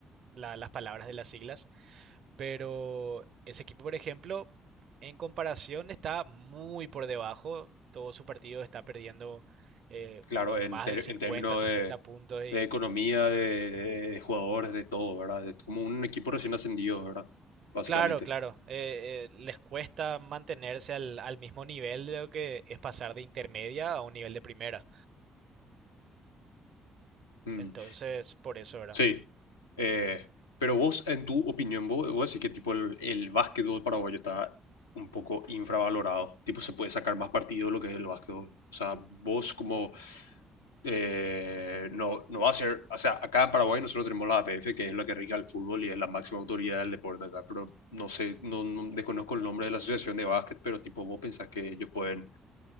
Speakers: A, on the right (about 50°); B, on the left (about 75°).
A: la- las palabras de las siglas, pero ese equipo, por ejemplo, en comparación está muy por debajo, todo su partido está perdiendo eh,
B: Claro,
A: por
B: en,
A: más
B: ter-
A: de 50,
B: en términos
A: sesenta
B: de,
A: puntos y
B: de economía, de, de jugadores, de todo, ¿verdad? Es como un equipo recién ascendido, ¿verdad? Básicamente.
A: Claro, claro. Eh, eh, les cuesta mantenerse al, al mismo nivel de lo que es pasar de intermedia a un nivel de primera.
B: Mm.
A: Entonces, por eso, ¿verdad?
B: Sí. Eh, pero vos, en tu opinión, vos, vos decís que tipo el, el básquetbol paraguayo está un poco infravalorado. Tipo, se puede sacar más partido de lo que es el básquetbol. O sea, vos como eh, no, no va a ser. O sea, acá en Paraguay nosotros tenemos la APF, que es la que rige el fútbol y es la máxima autoridad del deporte acá. Pero no sé, no, no- desconozco el nombre de la asociación de básquet, pero tipo, vos pensás que ellos pueden